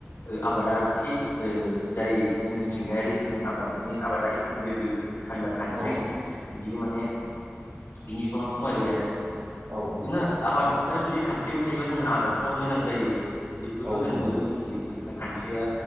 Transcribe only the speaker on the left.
ओ आबादा एसे ओ जाय जों मिथिंगायारि जों आबादनि आबादारिफोरनि लोगो होनबा खानस्रि
बियो माने बिनि बिबाङा खमायबाय आरो।
बिदिनो आबाद फोथाराव जुदि खानस्रिबो थायोबा जोंहा आबादफ्राबो मोजां जायो बेफोरखौथ'
जों
बयबो मिथियो। खानस्रिया